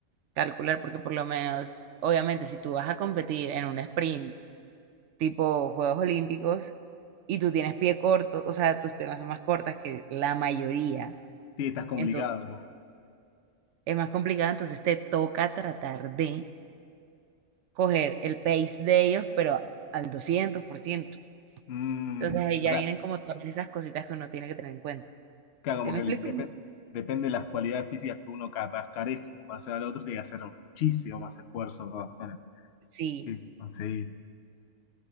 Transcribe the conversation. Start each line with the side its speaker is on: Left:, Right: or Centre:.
Right: calcular, porque por lo menos, obviamente, si tú vas a competir en un sprint tipo Juegos Olímpicos y tú tienes pie corto, o sea, tus piernas son más cortas que la mayoría,
Left: sí, estás complicado
Right: entonces
Left: un poco.
Right: es más complicado, entonces te toca tratar de coger el pace de ellos, pero al 200%.
Left: Mm,
Right: Entonces ahí
Left: o
Right: ya
Left: sea,
Right: vienen como todas esas cositas que uno tiene que tener en cuenta.
Left: claro, como
Right: ¿Sí me
Left: que
Right: explico?
Left: el- depe- depende de las cualidades físicas que uno capaz carezca en comparación al otro, tiene que hacer muchísimo más esfuerzo pa- para,
Right: Sí,
Left: sí, conseguir.